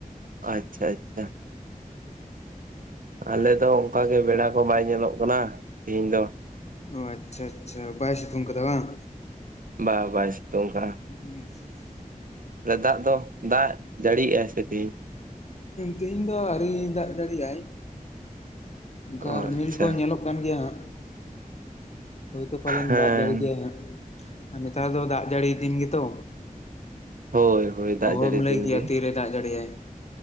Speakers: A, on the right; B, on the left.
A: ᱟᱪᱪᱷᱟ, ᱟᱪᱪᱷᱟ᱾ ᱟᱞᱮ ᱫᱚ ᱚᱱᱠᱟ ᱜᱮ ᱵᱮᱲᱟ ᱠᱚ ᱵᱟᱭ ᱧᱮᱞᱚᱜ ᱠᱟᱱᱟ, ᱛᱤᱦᱤᱧ ᱫᱚ᱾
B: ᱚ ᱟᱪᱪᱷᱟ ᱟᱪᱪᱷᱟ, ᱵᱟᱭ ᱥᱤᱛᱩᱝ ᱠᱟᱫᱟ ᱵᱟᱝ?
A: ᱵᱟᱝ ᱵᱟᱭ ᱥᱤᱛᱩᱝ ᱟᱠᱟᱜ-ᱟ᱾
B: <inaudible>
A: ᱫᱟᱜ ᱫᱚ ᱫᱟᱜ ᱡᱟᱹᱲᱤᱭᱮᱜ-ᱟᱭ ᱥᱮ ᱛᱤᱦᱤᱧ?
B: ᱛᱤᱦᱤᱧ ᱫᱚ ᱟᱹᱨᱤ ᱫᱟᱜ ᱡᱟᱹᱲᱤᱭᱟᱭ᱾ ᱚᱱᱠᱟ
A: ᱚ
B: ᱨᱤᱢᱤᱞ
A: ᱟᱪᱪᱷᱟ
B: ᱠᱚ ᱧᱮᱞᱚᱜ ᱠᱟᱱ ᱜᱮᱭᱟ ᱦᱟᱸᱜ᱾ ᱦᱳᱭᱛᱳ ᱯᱟᱞᱮᱱ
A: ᱦᱮᱸ
B: ᱫᱟᱜ ᱡᱟᱹᱲᱤ ᱜᱮᱭᱟᱭ ᱦᱟᱸᱜ᱾ ᱟᱨ ᱱᱮᱛᱟᱨ ᱫᱚ ᱫᱟᱜ ᱡᱟᱹᱲᱤ ᱫᱤᱱ ᱜᱮᱛᱚ
A: ᱦᱳᱭ ᱦᱳᱭ ᱫᱟᱜ
B: ᱚᱦᱚᱢ
A: ᱡᱟᱹᱲᱤ
B: ᱞᱟᱹᱭ
A: ᱫᱤᱱ
B: ᱠᱮᱭᱟ
A: ᱜᱮ
B: ᱛᱤᱨᱮ, ᱫᱟᱜ ᱡᱟᱹᱲᱤᱭᱟᱭ᱾